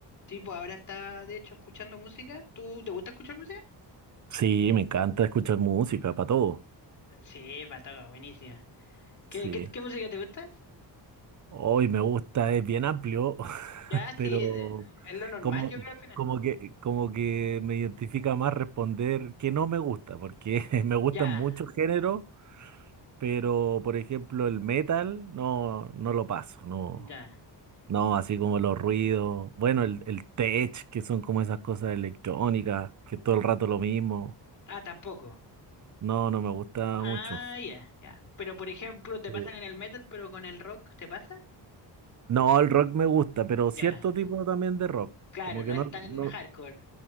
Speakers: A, on the left (about 45°); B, on the right (about 45°).
A: Sí, pues ahora está de hecho escuchando música. ¿Tú te gusta escuchar música?
B: Sí, me encanta escuchar música para todo.
A: Sí, para todo, buenísima. ¿Qué,
B: Sí.
A: qué, qué música te gusta?
B: Hoy me gusta, es bien amplio, <laughs>
A: Ya, sí,
B: pero
A: de- es lo normal,
B: como,
A: yo creo al final.
B: como que, como que me identifica más responder que no me gusta, porque <laughs> me gustan
A: Ya,
B: muchos géneros, pero por ejemplo el metal no, no lo paso, no.
A: ya.
B: No, así como los ruidos, bueno, el, el tech, que son como esas cosas electrónicas, que todo el rato lo mismo.
A: Ah, tampoco.
B: No, no me gusta
A: Ah,
B: mucho.
A: ya, ya. Pero por ejemplo, te
B: Sí.
A: pasan en el metal, pero con el rock, ¿te pasa?
B: No, el rock me gusta, pero
A: Ya.
B: cierto tipo también de rock.
A: Claro,
B: Como
A: no
B: que
A: es
B: no,
A: tan
B: no,
A: hardcore.